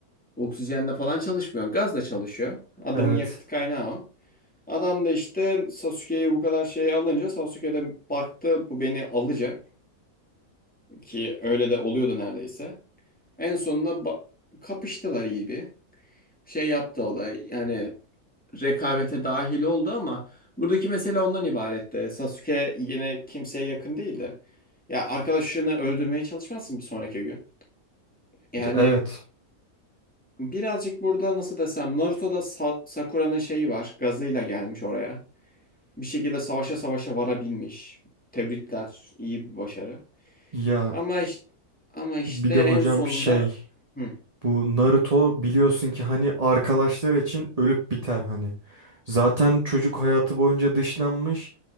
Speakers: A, in the centre; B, on the right.
A: Oksijenle falan çalışmıyor. Gazla çalışıyor. Adamın
B: Evet.
A: yakıt kaynağı o. Adam da işte Sasuke'yi bu kadar şey alınca Sasuke de baktı bu beni alacak. Ki öyle de oluyordu neredeyse. En sonunda ba- kapıştılar iyi bir. Şey yaptı o da yani rekabete dahil oldu ama buradaki mesele ondan ibaretti. Sasuke yine kimseye yakın değildi. Ya arkadaşını öldürmeye çalışmazsın bir sonraki gün. Yani
B: Evet.
A: birazcık burada nasıl desem Naruto'da Sa- Sakura'nın şeyi var. Gazıyla gelmiş oraya. Bir şekilde savaşa savaşa varabilmiş. Tebrikler. iyi bir başarı.
B: Ya
A: Ama işte, ama işte
B: bir de
A: en
B: hocam
A: sonunda
B: şey
A: hı,
B: bu Naruto biliyorsun ki hani arkadaşlar için ölüp biter hani. Zaten çocuk hayatı boyunca dışlanmış.